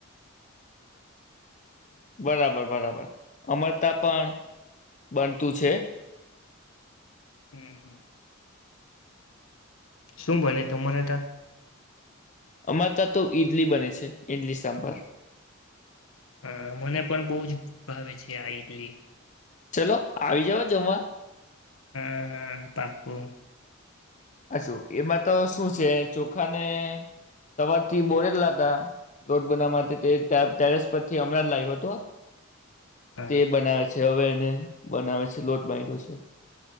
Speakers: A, on the left; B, on the left.
A: બરાબર બરાબર અમારા ત્યાં પણ બનતું છે.
B: હમ્મ હ. શું બને તમારે તા
A: અમાતા તો ઈડલી બને છે ઈડલી સાંભાર.
B: હા મને પણ બહુ જ ભાવે છે આ ઈડલી.
A: ચલો આવી જાવ જમવા.
B: હ હ હ પાકું.
A: આ શું એમાં તો શું છે ચોખાને સવારથી બોરેલા હતા લોટ બનાવવા માટે તે ટેરેસ પરથી હમણાં જ લાવ્યો હતો.
B: હા
A: તે બનાવે છે છ હવે એને બનાવે છે લોટ બાઇન્ડો છે